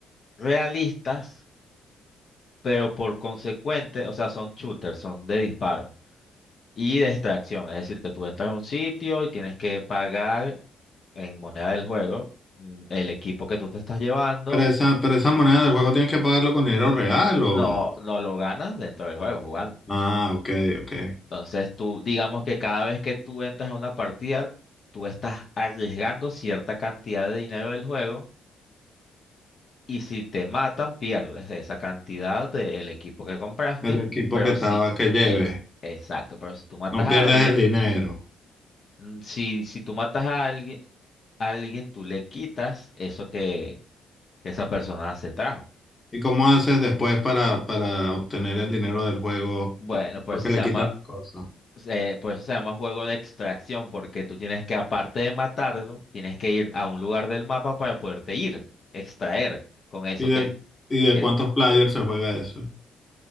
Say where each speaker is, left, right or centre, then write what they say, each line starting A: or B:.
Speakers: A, on the left; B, on the left.
A: realistas, pero por consecuente, o sea, son shooters, son de disparo. Y de extracción, es decir, que tú entras a un sitio y tienes que pagar en moneda del juego mm, el equipo que tú te estás llevando
B: Pero esa,
A: y
B: pero esa moneda del juego tienes que pagarlo con dinero real
A: no,
B: o...
A: no lo ganas dentro del juego jugando.
B: Ah, ok, ok.
A: Entonces tú, digamos que cada vez que tú entras a una partida, tú estás arriesgando cierta cantidad de dinero del juego y si te matan, pierdes esa cantidad del equipo que compraste,
B: El equipo
A: pero
B: que estaba,
A: si
B: que lleve.
A: es exacto, pero si tú matas
B: No
A: a
B: pierdes
A: alguien,
B: el dinero.
A: mm, si, si tú matas a alguien, alguien, tú le quitas eso que, que esa persona se trajo.
B: ¿Y cómo haces después para, para obtener el dinero del juego?
A: Bueno, por
B: Porque
A: eso se
B: le
A: llama,
B: quitan las cosas.
A: eh, por eso se llama juego de extracción, porque tú tienes que, aparte de matarlo, tienes que ir a un lugar del mapa para poderte ir, extraer con eso
B: ¿Y de,
A: que,
B: y de
A: que
B: cuántos players se juega eso?